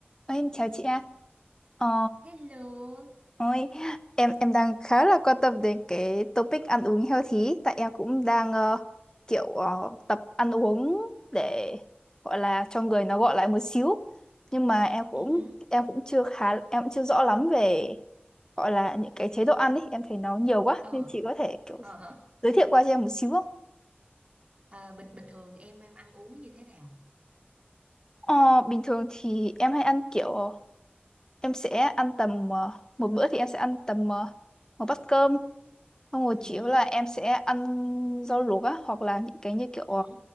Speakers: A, on the left (about 20°); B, on the right (about 30°).
A: Ôi, em chào chị ạ. Ờ,
B: Hello.
A: ôi, em em đang khá là quan tâm đến cái topic ăn uống healthy tại em cũng đang ờ, kiểu ờ, tập ăn uống để gọi là cho người nó gọi lại một xíu. Nhưng mà em cũng
B: Ừ hứ,
A: em cũng chưa khá em cũng chưa rõ lắm về gọi là những cái chế độ ăn ấy, em thấy nó nhiều quá
B: Ờ,
A: nên chị có thể kiểu
B: ờ hả?
A: giới thiệu qua cho em một xíu không?
B: À, bình bình thường em em ăn uống như thế nào?
A: Ờ, bình thường thì em hay ăn kiểu em sẽ ăn tầm ờ, một bữa thì em sẽ ăn tầm ờ, một bát cơm Xong rồi
B: ừ
A: chủ
B: hứ,
A: yếu là em sẽ ăn rau luộc á hoặc là những cái như kiểu ờ,
B: ừ hứ.